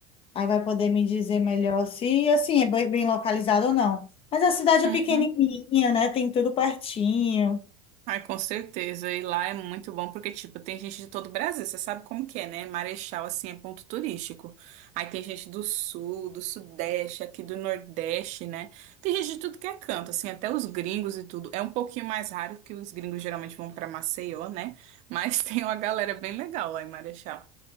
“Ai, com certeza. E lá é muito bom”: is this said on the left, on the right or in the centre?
Right